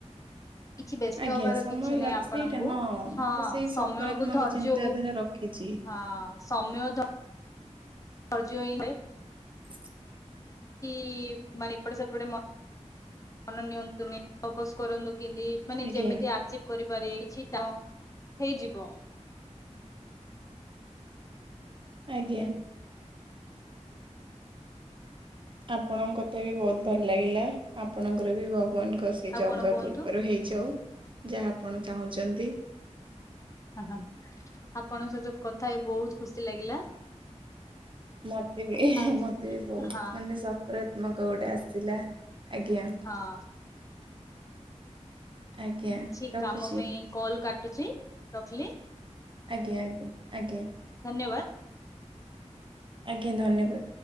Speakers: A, on the left (about 25°); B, on the right (about 45°).
A: କିଛି ବ୍ୟସ୍ତ
B: ଆଜ୍ଞା
A: ହବାର
B: ସମୟ
A: କିଛି ନାହିଁ
B: ଲାଗେ
A: ଆପଣଙ୍କୁ
B: ସେଇଟା
A: ହଁ
B: ମୁଁ ତ ସେଇ
A: ସମୟ
B: ସକାରାତ୍ମକ
A: କୁ ଧର୍ଯ୍ୟକୁ
B: ଚିନ୍ତାଧାରା ରଖିଛି।
A: ହଁ ସମୟ ତ ଫର୍ଜ ଇଁ ହୋଏ।
B: ଚୁଁ
A: କି ଇ ଇ ମାନେ ଏପଟେ ସେପଟେ ମ୍ ମନ ନିଅନ୍ତୁନି ଫୋକସ୍ କରନ୍ତୁ କିନ୍ତି ମାନେ
B: ଆଜ୍ଞା
A: ଯେମିତି ଆର୍ଚିପ୍ କରିପାରିବେ ଇଛିଟଁ ହେଇଯିବ।
B: ଆଜ୍ଞା। ଆପଣଙ୍କ କଥା ବି ବହୁତ ଭଲ ଲାଗିଲା ଆପଣଙ୍କର ବି ଭଗବାନଙ୍କ ଆଶ୍ ଏଇ
A: ଆଉ
B: ଜଗା
A: କଣ କୁହନ୍ତୁ
B: କୃପାରୁ ହେଇ ଯାଉ ଯାହା ଆପଣ ଚାହୁଁଚନ୍ତି।
A: ଓହୋ ଆପଣଙ୍କ ସହିତ କଥା ହେଇ ବହୁତ ଖୁସି ଲାଗିଲା।
B: ମତେ ବି ଏ ହିଁ
A: ଆଉ
B: ମତେ ବି ବହୁତ
A: ହଁ
B: ମାନେ ସକାରାତ୍ମକ ଗୋଟେ ଆସିଲା ଆଜ୍ଞା।
A: ହଁ।
B: ଆଜ୍ଞା
A: ମୁଁ କିଛି
B: ରଖୁଛି
A: କାମ ପାଇଁ କଲ କାଟୁଚି ରଖଲି?
B: ଆଜ୍ଞା ଆଜ୍ଞା ଆଜ୍ଞା।
A: ଧନ୍ୟବାଦ।
B: ଆଜ୍ଞା ଧନ୍ୟବାଦ।